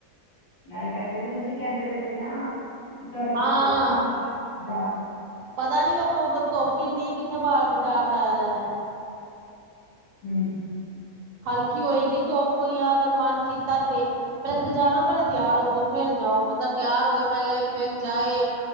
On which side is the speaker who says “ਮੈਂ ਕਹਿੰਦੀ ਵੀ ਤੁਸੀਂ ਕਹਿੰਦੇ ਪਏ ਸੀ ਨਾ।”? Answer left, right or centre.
Left